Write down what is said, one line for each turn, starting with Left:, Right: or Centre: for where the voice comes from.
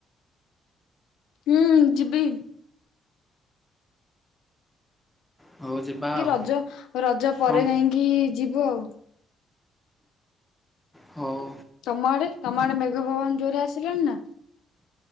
Left: ହୁଁ ଯିବି।
Centre: ହଉ ଯିବା ଆଉ
Left: ରଜ ରଜ ପରେ
Centre: କଣ
Left: ଯାଇକି ଯିବୁ ଆଉ।
Centre: ହଉ।
Left: ତମ ଆଡ଼େ ତମ ଆଡ଼େ ମେଘ ପବନ ଜୋରେ ଆସିଲାଣି ନା?